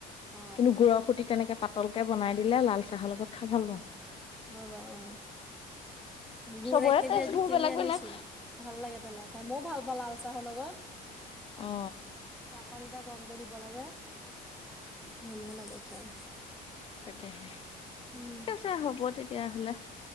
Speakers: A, in the centre; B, on the left (about 35°).
A: অ
B: কিন্তু গুড়ৰ খুতি তেনেকে পাতলকে বনাই দিলে, লাল চাহৰ লগত খাই ভাল পাওঁ।
A: হয় বাৰু অ' গুৰ
B: চবৰে
A: এক কেজি
B: টেষ্টবোৰ
A: আজি কিনি
B: বেলেগ
A: আনিছো।
B: বেলেগ
A: ভাল লাগে তেনে খাই মই ভাল পাওঁ লাল চাহৰ লগত।
B: অ
A: চাপাটা এতিয়া কমকে দিব লাগে। ধুনীয়া লাগে খাই।
B: তাকেহে।
A: উম।
B: এই হ'ব তেতিয়াহ'লে।